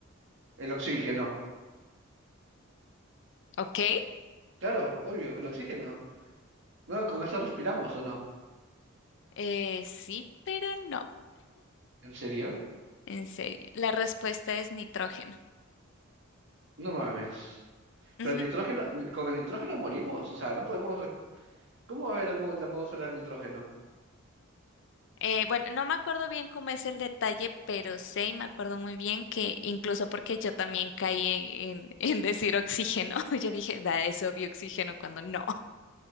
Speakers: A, on the right; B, on the left.
A: El oxígeno.
B: Ok,
A: Claro, obvio, el oxígeno. No, con eso respiramos, ¿o no?
B: eh, sí, pero no,
A: ¿En serio?
B: en serio. La respuesta es nitrógeno.
A: No mames. Pero
B: Ujú.
A: el nitrógeno, con el nitrógeno morimos. O sea, no podemos. resp- ¿Cómo va a haber el mo- la atmósfera de nitrógeno?
B: Eh, bueno, no me acuerdo bien cómo es el detalle, pero sé y me acuerdo muy bien que incluso porque yo también caí en, en- en decir oxígeno, <laughs> yo dije, da, es obvio oxígeno cuando no,